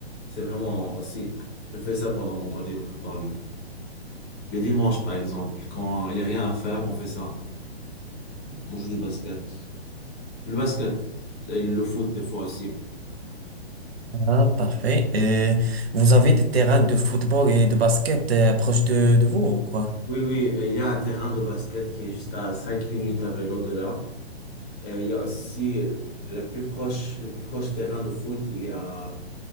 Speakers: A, on the left; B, on the right.
A: C'est vraiment aussi, je fais ça pendant mon temps libre, dans le- les dimanches, par exemple. Quand il y a rien à faire, on fait ça. On joue du basket. Le basket et le foot, des fois aussi.
B: Ah, parfait. Et vous avez des terrains de football et de basket euh, proches de, de vous ou quoi?
A: Oui, oui, et il y a un terrain de basket qui est juste à 5 minutes à vélo de là. Euh, il y a aussi la plus proche, le plus proche terrain de foot, il est à